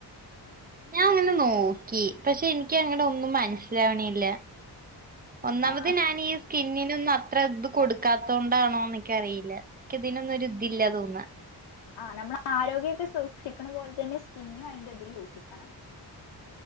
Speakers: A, on the right (about 20°); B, on the left (about 80°).
A: ഞാൻ അങ്ങനെ നോക്കി പക്ഷെ എനിക്ക് അങ്ങട് ഒന്നും മനസ്സിലാവണില്ല. ഒന്നാമത്
B: ആ
A: ഞാന് ഈ സ്കിന്നിനൊന്നും അത്ര ഇത് കൊടുക്കാത്ത കൊണ്ടാണോ എനിക്കറിയില്ല. ക്ക്‌ ഇതിനൊന്നും ഒരിതില്ല തോന്നാ.
B: ആഹ് നമ്മള് ആരോഗ്യക്കെ സൂക്ഷിക്കണ പോലെ തന്നെ സ്കിന്നും അയിന്റെ ഇതില് സൂക്ഷിക്കണം.